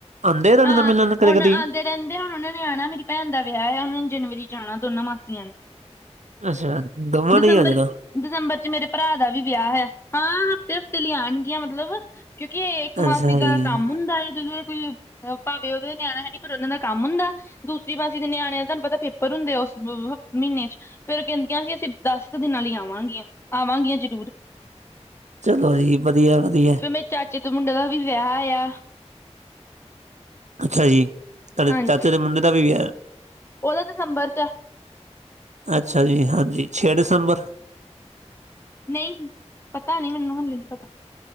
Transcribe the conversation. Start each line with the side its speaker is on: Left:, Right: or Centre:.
Right: ਆਂਦੇ ਰਹਿੰਦੇ,
Left: ਹਾਂ।
Right: ਤੁਹਾਨੂੰ ਮਿਲਨ ਕਦੀ
Left: ਹੁਣ
Right: -ਕਦੀ।
Left: ਆਉਂਦੇ ਰਹਿੰਦੇ ਹੁਣ ਉਹਨਾਂ ਨੇ ਆਣਾ, ਮੇਰੀ ਭੈਣ ਦਾ ਵਿਆਹ ਹੈ। ਉਹਨਾਂ ਨੇ ਜਨਵਰੀ ਚ ਆਣਾ ਦੋਨਾਂ ਮਾਸੀਆਂ ਨੇ।
Right: ਅੱਛਾ, ਦੋਵਾਂ
Left: ਦਸੰਬਰ
Right: ਨੇ ਹੀ ਆ ਜਾਣਾ।
Left: ਦਸੰਬਰ ਚ ਮੇਰੇ ਭਰਾ ਦਾ ਵੀ ਵਿਆਹ ਐ ਆ। ਹਾਂ, ਹਫ਼ਤੇ- ਹਫ਼ਤੇ ਲਈ ਆਉਣਗੀਆਂ ਮਤਲਬ। ਕਿਉਂਕਿ ਇਹ ਇੱਕ
Right: ਅੱਛਾ
Left: ਮਾਸੀ
Right: ਜੀ,
Left: ਦਾ ਕੰਮ ਹੁੰਦਾ ਜਦੋਂ ਕੋਈ ਭਾਵੇਂ ਉਹਦੇ ਨਿਆਣਾ ਹੈ ਨੀ, ਪਰ ਉਹਨਾ ਦਾ ਕੰਮ ਹੁੰਦਾ। ਦੂਸਰੀ ਮਾਸੀ ਦੇ ਨਿਆਣਿਆਂ ਦਾ ਤੁਹਾਨੂੰ ਪਤਾ ਪੇਪਰ ਹੁੰਦੇ ਆ ਉਸ <unintelligible> ਮਹੀਨੇ ਚ ਫੇਰ ਉਹ ਕਹਿੰਦੀਆਂ ਸੀ। ਅਸੀਂ ਦਸ ਕੁ ਦਿਨਾਂ ਲਈ ਆਵਾਂਗੀਆਂ- ਆਵਾਂਗੀਆਂ ਜ਼ਰੂਰ।
Right: ਚਲੋ ਜੀ ਵਧੀਐ- ਵਧੀਐ।
Left: ਫੇਰ ਮੇਰੇ ਚਾਚੇ ਤੇ, ਮੁੰਡੇ ਦਾ ਵੀ ਵਿਆਹ ਆ।
Right: ਅੱਛਾ ਜੀ, ਤੁਡੇ
Left: ਹਾਂਜੀ
Right: ਚਾਚੇ ਦੇ ਮੁੰਡੇ ਦਾ ਵੀ ਵਿਆਹ।
Left: ਉਹਦਾ ਦਸੰਬਰ ਚੈ।
Right: ਅੱਛਾ ਜੀ। ਹਾਂਜੀ, ਛੇ ਦਸੰਬਰ
Left: ਨਹੀਂ, ਪਤਾ ਨੀ ਮੈਨੂੰ ਹਲੇ ਨੀ ਪਤਾ।